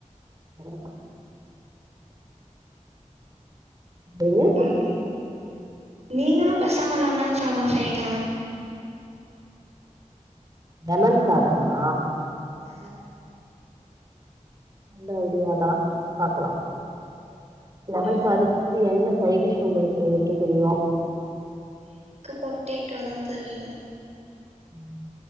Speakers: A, on the right; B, on the right.
A: <inaudible> என்னது
B: அது நீங்களு பெசாம லெமன் சாதோ செய்ங்களே
A: லெமன் சாதமா
B: ஆ
A: நல்ல ஐடியாதா பாக்கலா லெமன்
B: ஓ
A: சாதத்துக்கு என்ன சைடிஷ் உங்களுக்கு வெக்க தெரியு
B: எனக்கு பொட்டேடோ தா தெரியு
A: ம்